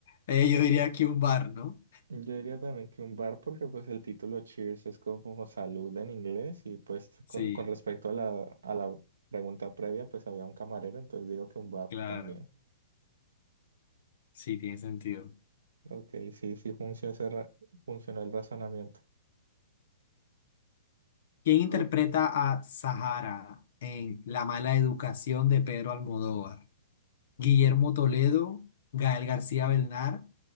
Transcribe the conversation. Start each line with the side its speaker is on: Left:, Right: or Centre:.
Left: Eh, yo diría que un bar, ¿no?
Right: Yo diría también que un bar porque pues el título Cheers es como, como salud en inglés y pues
Left: Sí,
Right: con, con respecto a la, a la pregunta previa pues había un camarero, entonces digo que un bar
Left: claro.
Right: también.
Left: Sí, tiene sentido.
Right: Ok, sí, sí funcionó ese ra- funcionó el razonamiento.
Left: ¿Quién interpreta
Right: Oh,
Left: a Sahara en La mala educación de Pedro Almodóvar? Guillermo Toledo, Gael García Belnar,